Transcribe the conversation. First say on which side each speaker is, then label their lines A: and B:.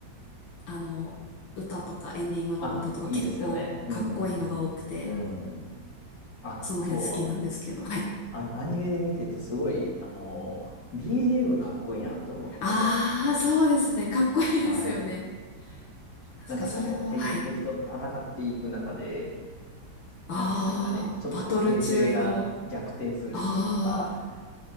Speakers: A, on the left; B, on the left.
A: あの、歌とかエンディングの歌とか結構かっこいいのが多くて、
B: あ、いいですよね。うんうんうん。うん。あ、
A: その辺好きなんですけど、
B: そう。
A: はい。
B: あ、アニメで見ててすごい、あの、BGM かっこいいなって思って。
A: ああ、そうですね。かっこいいですよね。
B: はい。
A: 確かそれは、
B: なんかその敵、
A: はい。
B: 敵と戦っていく中で、
A: ああ、
B: なんていうんですかね。ちょっとこう形勢が逆転するシーンとか、
A: バトル中の、ああ、